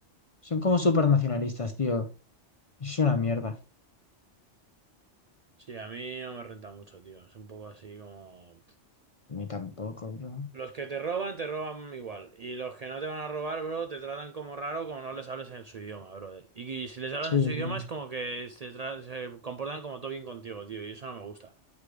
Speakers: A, on the left; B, on the right.
A: son como super nacionalistas, tío. Es una mierda.
B: Sí, a mí no me renta mucho, tío. Es un poco así como...
A: Ni tampoco, bro.
B: Los que te roban, te roban igual. Y los que no te van a robar, bro, te tratan como raro como no les hables en su idioma, brother. Y y si les hablas
A: Sí,
B: en
A: bro.
B: su idioma es como que se, tra- se comportan como todo bien contigo, tío. Y eso no me gusta.